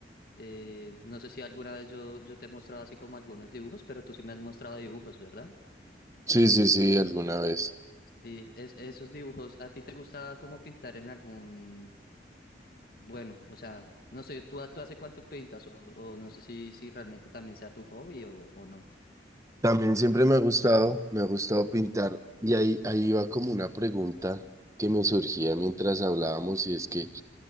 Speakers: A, on the left (about 55°); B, on the right (about 20°).
A: eh, no sé si alguna vez yo, yo te he mostrado así como algunos dibujos, pero tú sí me has mostrado dibujos, ¿verdad?
B: Sí, sí, sí, alguna vez.
A: Sí, es, esos dibujos, ¿a ti te gusta como pintar en algún, bueno, o sea, no sé, ¿tú, tú hace cuánto pintas o, o no sé si, si realmente también sea tu hobby o, o no?
B: También siempre me ha gustado, me ha gustado pintar. Y ahí, ahí iba como una pregunta que me surgía mientras hablábamos, y es que,